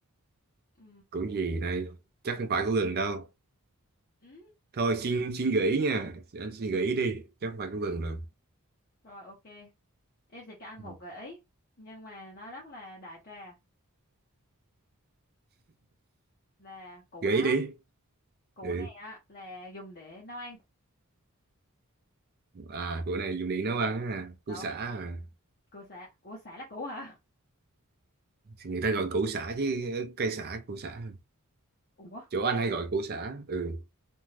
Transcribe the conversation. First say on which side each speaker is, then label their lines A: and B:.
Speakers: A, on the left; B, on the right.
A: ừ
B: Củi gì đây? Chắc không phải củ gừng đâu.
A: ừ
B: Thôi xin xin gợi ý nha. Anh xin gợi ý đi. Chắc không phải củ gừng rồi.
A: rồi ok em sẽ cho anh
B: Ừ.
A: một gợi ý nhưng mà nó rất là đại trà là củ
B: Gợi
A: đó
B: ý đi.
A: củ
B: Ừ.
A: này á là dùng để nấu ăn
B: À, củ này dùng để nấu ăn á. Củ
A: được
B: sả à.
A: không? củ sả ủa sả là củ hả
B: Người ta gọi củ sả chứ ờ, cây sả, củ sả.
A: ủa
B: Chỗ anh hay gọi củ sả. Ừ.